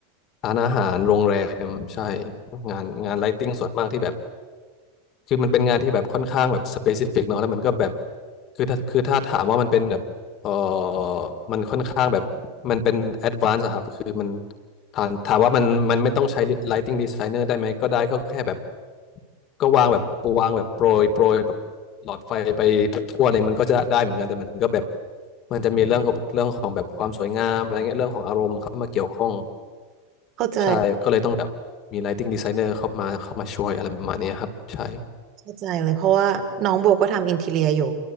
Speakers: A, on the left (about 45°); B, on the right (about 45°).
A: ร้านอาหารโรงแรมใช่งานงานไลท์ติ้งส่วนมากที่แบบ คือมันเป็นงานที่แบบค่อนข้างแบบสเปซิฟิกเนาะแล้วมันก็แบบคือถ้าคือถ้าถามว่ามันเป็นแบบเออมันค่อนข้างแบบมันเป็นแอดวานซ์ครับคือมันถามถามว่ามันมันไม่ต้องใช้ Lighting Designer ได้ไหมก็ได้ก็แค่แบบก็วางแบบวางแบบโปรยโปรยแบบหลอดไฟไปทั่วเลยมันก็จะได้เหมือนกันแต่มันก็แบบมันจะมีเรื่องของเรื่องของแบบความสวยงามอะไรเงี้ยเรื่องของอารมณ์เข้ามาเกี่ยวข้อง
B: เข้าใจ
A: ใช่ก็เลยต้องแบบมี lighting designer เข้ามาเข้ามาช่วยอะไรประมาณเนี้ครับใช่
B: เข้าใจเลยเพราะว่าน้องโบก็ทำอินทีเรียอยู่